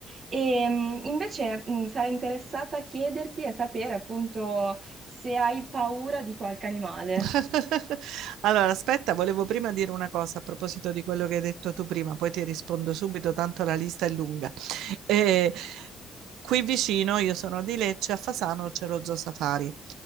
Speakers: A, on the right; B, on the right.
A: E mh, invece mh, sarei interessata a chiederti e a sapere appunto se hai paura di qualche animale.
B: <laughs> Allora, aspetta, volevo prima dire una cosa a proposito di quello che hai detto tu prima, poi ti rispondo subito, tanto la lista è lunga. Eh, qui vicino, io sono di Lecce, a Fasano c'è lo Zoo Safari,